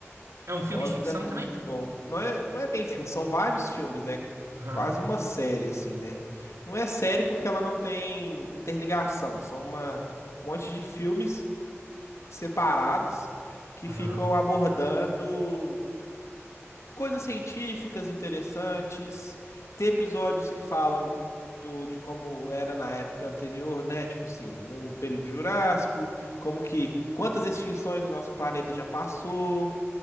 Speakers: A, on the right; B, on the left.
A: É um filme
B: Cosmos
A: de ficção
B: é muito
A: também?
B: bom. Não é, não é bem filme, são vários filmes, né?
A: Aham,
B: Quase uma série, assim, né? Não é série porque ela não tem interligação, são uma, um monte de filmes separados que
A: aham,
B: ficam abordando coisas científicas interessantes, ter episódios que falam do, de como era na época anterior, né? Tipo assim, no período Jurássico, como que quantas extinções o nosso planeta já passou,